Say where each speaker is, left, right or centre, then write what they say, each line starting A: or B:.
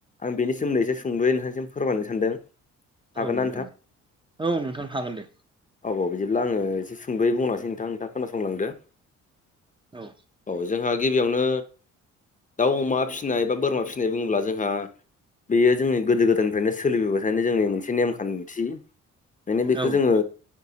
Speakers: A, on the left (about 25°); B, on the right (about 15°).
A: आं बेनि सोमोदै एसे सुंद'यै नोंथांनिसिम फोरमायनो सानदों। हागोन
B: औ
A: ना
B: नोंथां औ नोंथां हागोन दे।
A: औ औ बिदिब्ला आङो एसे सुंद'यै बुंलांनोसै नोंथाङा नोंथां खोनासंलांदो।
B: औ।
A: औ जोंहा गिबियावनो दाउ अमा फिसिनाय बा बोरमा फिसिनाय बुङोब्ला जोंहा बेयो जोंनि गोदो गोदायनिफ्रायनो सोलिबोबाय थानाय जोंनि मोनसे नेमखान्थि। एखायनो
B: औ
A: बेखौ जोङो